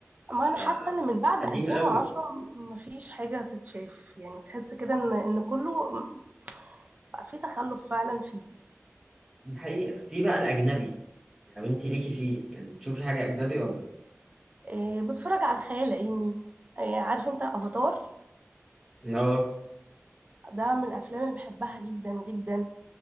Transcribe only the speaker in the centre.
فقديم
قوي
دي حقيقة في بقى الأجنبي لو أنت ليكي فيه يعني تشوفي حاجة أجنبي ولا؟
اه